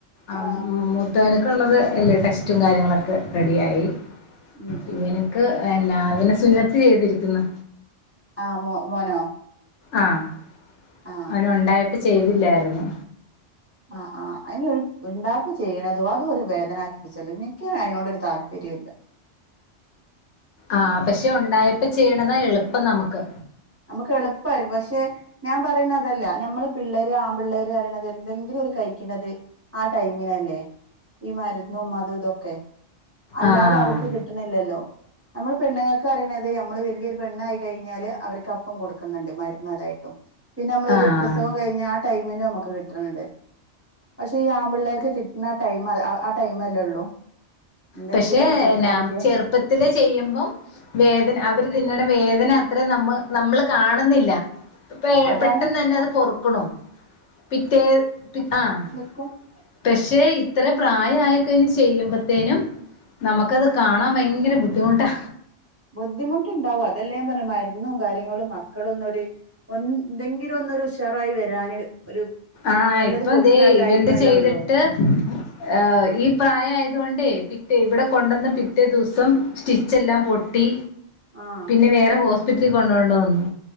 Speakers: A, on the left (about 70°); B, on the right (about 15°).
A: ആഹ്
B: ആ
A: മു കിട്ടാനൊക്കെ ഉള്ളത് എല്ലാം ടെസ്റ്റും കാര്യങ്ങളൊക്കെ റെഡിയായി
B: ഉം ഉം
A: ഇങ്ങനെ ക്ക് എന്നാ അവന് സുന്നത്ത് ചെയ്തിരിക്കുന്ന്
B: ആഹ് മോ മോനോ
A: ആഹ്
B: ആ
A: അവന് ഉണ്ടായപ്പോ ചെയ്തില്ലായിരുന്നു
B: ആഹ് ആഹ് അതിനൊരു ണ്ടായപ്പോ ചെയ്യണതു അതും ഒരു വേദനാക്കി ച്ചാലും ഇൻക്ക് അയിനോടൊരു താല്പര്യം ഇല്ല
A: ആഹ് പക്ഷെ ഉണ്ടായപ്പം ചെയ്യണതാ എളുപ്പം നമുക്ക്
B: നമുക്ക് എളുപ്പമായിരിക്കും പക്ഷെ ഞാൻ പറയുന്നെ അതല്ല നമ്മള് പിള്ളേര് ആൺപിള്ളേര് പറയണത് എന്തെങ്കിലും ഓര് കഴിക്കണത് ആ ടൈമിനല്ലേ ഈ മരുന്നും അതും ഇതൊക്കെ അല്ലാതെ
A: ആഹ്
B: അവർക്ക് കി ട്ട്ണില്ലല്ലോ നമ്മള് പെണ്ണുങ്ങൾക്ക് അറീണത് അമ്മള് വല്യൊരു പെണ്ണായി കഴിഞ്ഞാല് അവര് ക്കപ്പം കൊടുക്കുന്നുണ്ട് മരുന്നരായിട്ടും പിന്നെ നമ്മളൊരു
A: ആഹ്
B: പ്രസവം കഴിഞ്ഞ് ആ ടൈമിനും അമ്മക്ക് കിട്ട്ണ് ണ്ട് പക്ഷേ ഈ ആൺപിള്ളേർക്ക് കിട്ടുന്ന ആ ടൈം ആഹ് ആഹ് ടൈമല്ലേ ഉള്ളൂ എന്തെങ്കിലും
A: പക്ഷെ
B: ഒന്ന് കൊടുക്കാൻ
A: എന്നാ
B: പറ്റിയ
A: ചെറുപ്പത്തില് ചെയ്യുമ്പം വേദന അവര് തിന്നണ വേദന അത്രയും നമ്മ നമ്മള് കാണുന്നില്ല പെ
B: അതാണ്
A: പെട്ടെന്ന് തന്നെ അത് പൊറുക്ക്ണു പിറ്റേ ആഹ്
B: കും
A: പക്ഷെ ഇത്ര പ്രായായിക്കഴിഞ്ഞ് ചെയ്യുമ്പത്തേനും നമുക്കത് കാണാൻ ഭയങ്കര ബുദ്ധിമുട്ടാ
B: ബുദ്ധിമുട്ട്ണ്ടാവും അതല്ല ഞാൻ പറഞ്ഞ് മരുന്നും കാര്യങ്ങളും മക്കള് ഒന്നൊര് ഒന്ന് ന്തെങ്കിലും ഒന്നൊരു ഉഷാറായി വരാന് ഒരു
A: ആഹ്
B: നല്ലത്
A: ഇപ്പം
B: കൊടുക്കണ
A: ദേ
B: ആ ടൈമല്ലേ
A: ഇവന്റെ ചെയ്തിട്ട്
B: ഉള്ളൂ
A: ഏഹ് ഈ പ്രായം ആയത് കൊണ്ടേ പിറ്റേ ഇവിടെ കൊണ്ടെന്നെ പിറ്റേ ദിവസം സ്റ്റിച്ചെല്ലാം പൊട്ടി
B: ആഹ്
A: നി വേറെ ഹോസ്പിറ്റ്ല് കൊണ്ടോണ്ട വന്നു